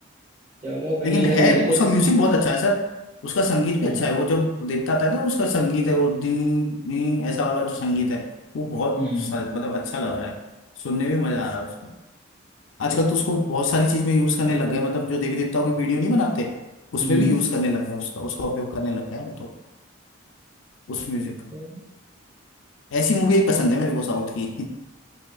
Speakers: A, on the right; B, on the left.
A: चलो कहीं
B: लेकिन
A: अगर
B: है
A: मिले तो
B: उसका म्यूजिक बहुत अच्छा है सर उसका संगीत भी
A: हाँ
B: अच्छा है वो जब देवता आता है ना उसका संगीत है वो डिंग डिंग ऐसा वाला जो संगीत है वो बहुत
A: हम्म
B: सा- मतलब अच्छा लग रहा है सुनने में मजा आ रहा है उसको आजकल तो उसको बहुत सारी चीज में यूज करने लग गए मतलब जो देवी देवताओं की वीडियो नहीं बनाते
A: हम्म
B: उसमें भी यूज करने लग गए उसका उसका उपयोग करने लग गए हैं वो तो उस म्यूजिक का
A: चलो
B: ऐसी मूवी ही पसंद है मेरे को साउथ की